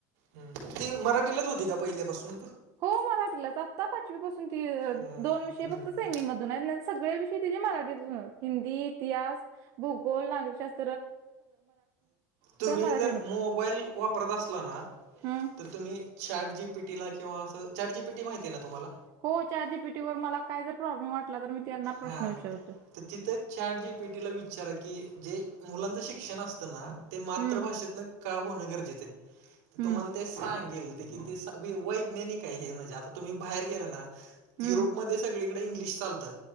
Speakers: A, on the right; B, on the right.
A: हम्म. ती मराठी च होती का पहिल्यापासून.
B: हो मराठीलाच आत्ता पाचवी पासून ती
A: हम्म
B: दोन विषयी
A: हम्म
B: फक्त सेमी मध्ये. सगळे विषय मराठीत हिंदी इतिहास भूगोल नागरीशास्त्र.
A: तुम्ही
B: मराठीतून
A: जर मोबाईल वापरत असला ना.
B: हम्म
A: तर तुम्ही चॅट जी पी टीला किंवा असं चॅट जी पी टी माहिती आहे ना तुम्हाला.
B: हो चॅट जी पी टी वर मला काय जर प्रॉब्लेम वाटला तर मी त्यांना प्रश्न
A: हा
B: विचारतो.
A: तर तिथंच चॅट जी पि टीला विचारा की जे मुलांचं शिक्षण असतं ना. ते मातृभाषेतन
B: हम्म
A: का होणं गरजेचं तर
B: हम्म
A: तुम्हाला ते सांगेल. कि त वैज्ञानिक आहे हे म्हणजे आता तुम्ही बाहेर गेला ना.
B: हम्म
A: युरोपमध्ये सगळीकडे इंग्लिश चालतं.